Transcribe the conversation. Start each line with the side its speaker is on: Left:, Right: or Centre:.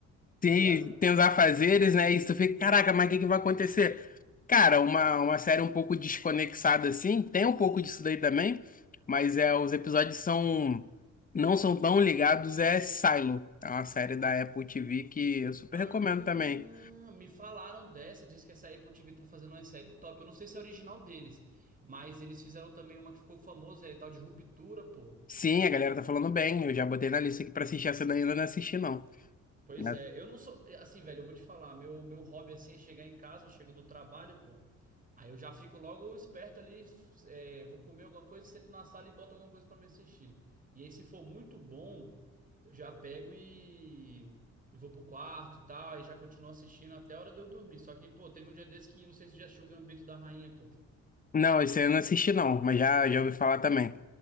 Left: Tem,
Right: Tá ligado?
Left: tem os afazeres, né? E tu fica, caraca,
Right: É.
Left: mas o que que vai acontecer? Cara, uma, uma série um pouco desconexada assim, tem um pouco disso daí também, mas é, os episódios são, não são tão ligados, é Silo. É uma série da Apple TV que eu super
Right: Ah,
Left: recomendo também.
Right: me falaram dessa, diz que essa Apple TV tá fazendo uma série top. Eu não sei se é original deles, mas eles fizeram também uma que ficou famosa aí, tal de Ruptura, pô.
Left: Sim, a galera tá falando bem, eu já botei na lista aqui pra assistir, essa daí eu ainda não assisti não.
Right: Pois
Left: né?
Right: é, eu não sou. é, Assim, velho, eu vou te falar, meu, meu hobby assim é chegar em casa, eu chego do trabalho, pô. Aí eu já fico logo esperto ali, é, vou comer alguma coisa, sento na sala e boto alguma coisa pra me assistir. E aí, se for muito bom, eu já pego e, e vou pro quarto e tal, aí já continuo assistindo até a hora de eu dormir. Só que, pô, teve um dia desse que não sei se você já assistiu o Gambito da Rainha, pô.
Left: Não, esse aí eu não assisti não, mas já, já ouvi falar também.